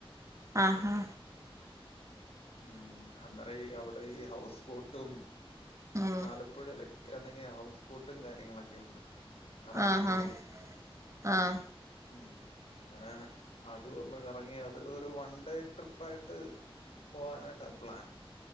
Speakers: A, on the right; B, on the left.
A: ആഹ് ഹാ
B: ഉം അന്നേരം ഈ അവിടെ ഈ ഹൗസ് ബോട്ടും
A: ഉം
B: ആലപ്പുഴയില് ലാണെങ്കിൽ ഹൗസ് ബോട്ടും കാര്യങ്ങളൊക്കെയുണ്ട് കറങ്ങാൻ
A: ആഹ്
B: പറ്റിയ
A: ആഹ് ആഹ്
B: ഉം അങ്ങനെ അതു ഒന്ന് കറങ്ങി അത് ഒരു വൺ ഡേ ട്രിപ്പായിട്ട് പോവാനായിട്ടാ പ്ലാൻ.